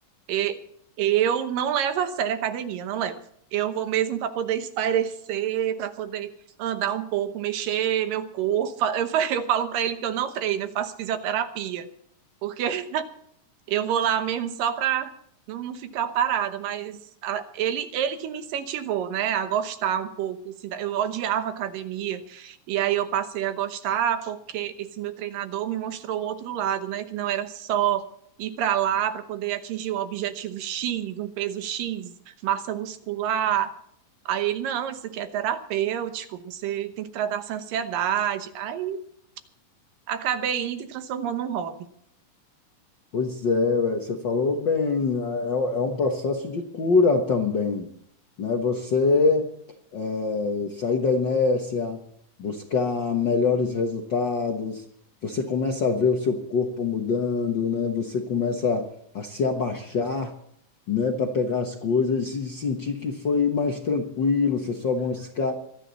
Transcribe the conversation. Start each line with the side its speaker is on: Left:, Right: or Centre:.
Right: é, eu não levo a sério a academia, não levo. Eu vou mesmo para poder espairecer, para poder andar um pouco, mexer meu corpo. Fa- Eu, fa- <laughs> eu falo para ele que eu não treino, eu faço fisioterapia, porque Eu vou lá mesmo só para não, não ficar parada, mas a- ele, ele que me incentivou, né, a gostar um pouco. assim, da- eu odiava academia, e aí eu passei a gostar porque esse meu treinador me mostrou o outro lado, né, que não era só ir para lá para poder atingir um objetivo X, um peso X, massa muscular. Aí ele, não, isso aqui é terapêutico, você tem que tratar essa ansiedade. Aí acabei indo e transformou num hobby.
Left: Pois é, ué, você falou bem, né? é, é um processo de cura também, né? Você eh, sair da inércia, buscar melhores resultados, você começa a ver o seu corpo mudando, né? Você começa a se abaixar, né? Para pegar as coisas e sentir que foi mais tranquilo, você sobe uma escada,